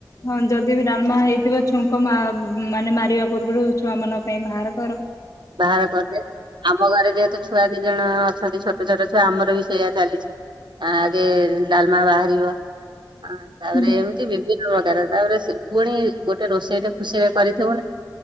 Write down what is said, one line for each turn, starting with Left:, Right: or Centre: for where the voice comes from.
Left: ହଁ ଯଦି ବି ଡାଲମା ହେଇଥିବ ଛୁଙ୍କ ମା-ମାନେ ମାରିବା ପୂର୍ବୁରୁ ଛୁଆମାନଙ୍କ ପାଇଁ ଭାରକର।
Right: ବାହାର କରିଦେ ଆମ ଘରେ ଯେହେତୁ ଛୁଆ ଦିଜଣ ଅଛନ୍ତି ଛୋଟ ଛୋଟ। ଛୁଆ ଆମର ବି ସେଇଆ ଚାଲିଚି ଆ-ଆଗେ ଡାଲମା ବାହାରିବ। ଆଁ ତାପରେ
Left: ହୁଁ
Right: ଏମତି ବିଭିନ୍ନ ପ୍ରକାର। ତାପରେ ସେ ପୁଣି ଗୋଟେ ରୋଷେଇଟେ ଖୁସିରେ କରିଥିବୁନି